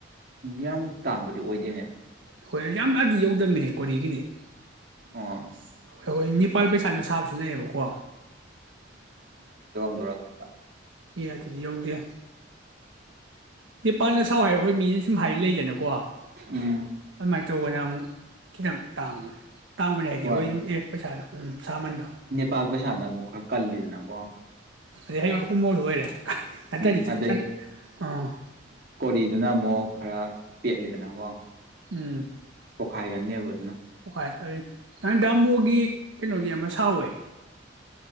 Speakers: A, on the right; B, on the right.
A: ꯌꯥꯝ ꯇꯥꯡꯕꯗꯤ ꯑꯣꯏꯗꯦꯅꯦ
B: ꯍꯣꯏ ꯌꯥꯝ ꯑꯥꯗꯤ ꯌꯧꯗꯝꯅꯤꯍꯦ ꯀꯣꯔꯤꯒꯤꯗꯤ ꯑꯩꯈꯣꯏ
A: ꯑꯣ
B: ꯅꯤꯄꯥꯜ ꯄꯩꯁꯥꯅ ꯁꯥꯕꯁꯨ ꯂꯩꯌꯦꯕꯀꯣ
A: ꯗꯔꯥ ꯈꯥꯟꯅ <inaudible>
B: ꯑꯦ ꯑꯗꯨꯗꯤ ꯌꯧꯗꯦ ꯅꯤꯄꯥꯟꯅ ꯁꯥꯎ ꯍꯥꯏꯌꯣ ꯑꯩꯈꯣꯏ ꯃꯤ ꯁꯨꯝ ꯍꯥꯏꯗꯤ ꯂꯩꯗꯅꯀꯣ
A: ꯎꯝ
B: ꯁꯨꯃꯥꯏꯅ ꯇꯧꯕꯅ ꯑꯃꯨꯛ ꯈꯤꯇꯪ ꯇꯥꯡꯕꯅꯦ ꯇꯥꯡꯕꯅꯤ ꯍꯥꯏꯗꯤ
A: ꯍꯣꯏ
B: ꯑꯩꯈꯣꯏ ꯄꯩꯁꯥꯅꯣ ꯎꯝ ꯁꯥꯃꯟꯗꯣ
A: ꯅꯦꯄꯥꯜ ꯄꯩꯁꯥꯅ ꯑꯃꯨꯛ ꯈꯔ ꯀꯜꯂꯤꯗꯅꯀꯣ
B: ꯑꯩ ꯍꯕ <inaudible> ꯎꯃꯣꯔ ꯑꯣꯏꯔꯦ ꯑꯠꯇꯗꯤꯁ
A: ꯎꯝ ꯑꯗꯩ
B: <inaudible> ꯑꯥ
A: ꯀꯣꯔꯤꯗꯨꯅ ꯑꯃꯨꯛ ꯈꯔ ꯄꯦꯠꯂꯤꯗꯅꯀꯣ
B: ꯎꯝ
A: ꯄꯣꯈꯥꯏꯒꯟꯗꯦꯕ ꯑꯗꯨꯅ
B: ꯍꯣꯏ ꯑꯗꯨ ꯅꯥꯍꯥꯟ ꯗꯥꯃꯣꯒꯤ ꯀꯩꯅꯣꯒꯤ ꯑꯃ ꯁꯥꯍꯧꯋꯦ